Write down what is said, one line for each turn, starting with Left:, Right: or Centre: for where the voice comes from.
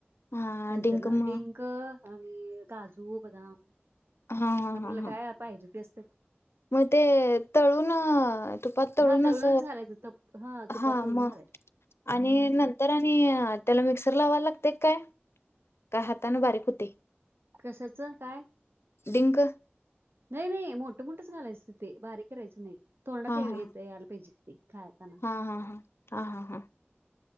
Left: हा
Right: नंतर ना
Left: म
Right: डिंक आणि काजू बदाम
Left: हा हा
Right: आपल्याला
Left: हा हा
Right: काय पाहिजे तस अ
Left: मग ते तळून तुपात तळून
Right: हा तळूनच
Left: अस
Right: घालायचं तप तुपात
Left: हा
Right: तळून
Left: मग
Right: घालायचं
Left: आणि नंतर तर आणि त्याला मिक्सर ल लावावा लागते काय? नाही हातन बारीक होते
Right: कशाचं काय?
Left: डिंक
Right: नाही नाही मोठं मोठंच घालायचं ते बारीक करायचं नाही तोंडात
Left: हा
Right: येत
Left: हा
Right: याला पाहिजी ते खाताना
Left: हा हा हा हा हा हा.